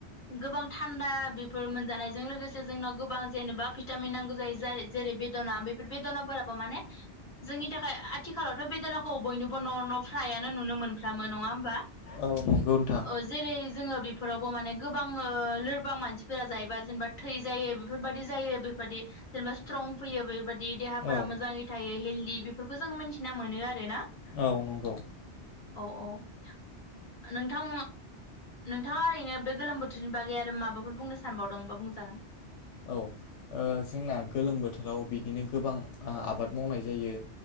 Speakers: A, on the left; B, on the left.
A: गोबां थान्दा बेफोर मोनजानायजों लोगोसे जोंनाव गोबां जेनेबा भिटामिन नांगौ जायो जेरै बे बेफोर बेदनाफोराबो माने जोंनि थाखाय आथिखालावथ' बेदनाखौ। बयनिबो न' न' फ्रायानो नुनो मोनफ्रामो नङा होमबा?
B: औ नंगौ नोंथां
A: ओ जेरै जोङो बेफोरावबो माने गोबां लोरबां मानसिफोरा जायोबा जेनेबा थै जायो बेफोरबायदि जायो बेफोरबायदि जेनेबा स्ट्रं। अं फैयो बेबायदि देहाफोरा
B: औ
A: मोजाङै थायो हेल्डि बेफोरखौ जोङो मिन्थिना मोनो आरोना।
B: औ नंगौ।
A: औ औ नोंथां। नोंथाङा ओरैनो बे गोलोम बोथोरनि बागै आरो माबाफोर बुंनो सानबावदोंबा बुंजागोन
B: औ जोंना गोलोम बोथोराव बि बिदिनो गोबां आबाद मावनाय जायो